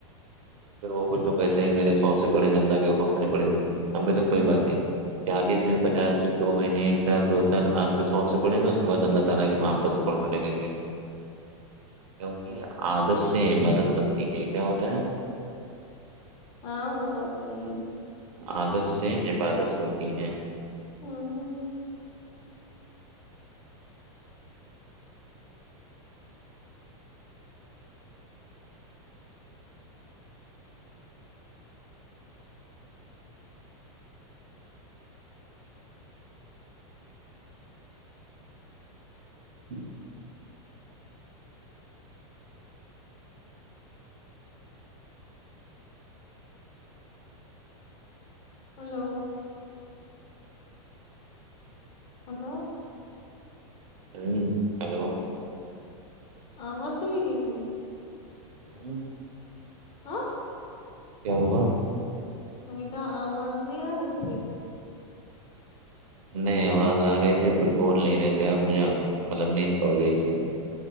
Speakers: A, on the right; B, on the left.
A: پھر وہ کچھ لوگ کہتے ہیں میرے خوف سے پڑیں گے اللہ کے خوف سے نہیں پڑھے گے ہم بھی تو کوئی بات نہیں چالیس دن پچاس دن دو مہینے ایک سال دو سال آپ کے خوف سے پڑھینگے اس کے بعد اللہ تعالی کی محبت پڑھنے لگیں گے کیونکہ عادت سے عبادت بنتی کے کیا ہوتا ہے
B: ہاں وہ بات صحیح ہے
A: عادت سے عبادت ہوتی ہے
B: نہیں
A: <inaudible>
B: ہلو ہلو
A: ٹرنگنگ ہلو
B: آواز چلی گئی تھی
A: ہوں
B: ہا
A: کیا ہوا
B: میں نے کہا آواز نہیں آ رہی تھی
A: نہیں آواز آ رہی تھی کچھ بول نہیں رہتے آپ مجھے مطلب نیند پڑگئی تھی